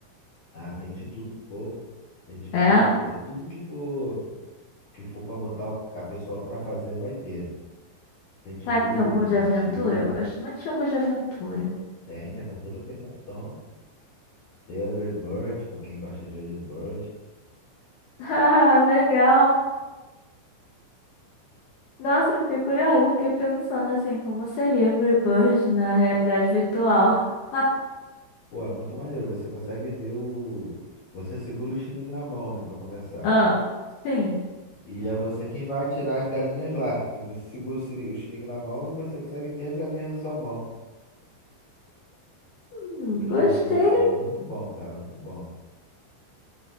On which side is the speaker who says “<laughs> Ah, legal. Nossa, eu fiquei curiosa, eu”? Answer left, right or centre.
Left